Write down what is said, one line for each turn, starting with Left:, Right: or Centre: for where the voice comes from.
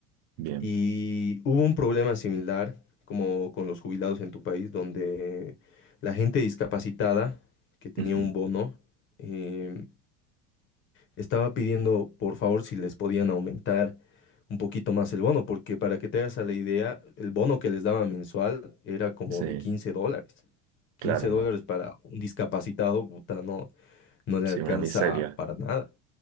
Right: Bien.
Left: Y hubo un problema similar como con los jubilados en tu país, donde la gente discapacitada que tenía
Right: ujú,
Left: un bono eh, estaba pidiendo por favor si les podían aumentar un poquito más el bono, porque para que te hagas a la idea, el bono que les daba mensual era como
Right: Sí,
Left: de 15 dólares. quince
Right: claro,
Left: dólares
Right: no.
Left: para un discapacitado, puta, no, no le
Right: Sí,
Left: alcanza
Right: una miseria.
Left: para nada.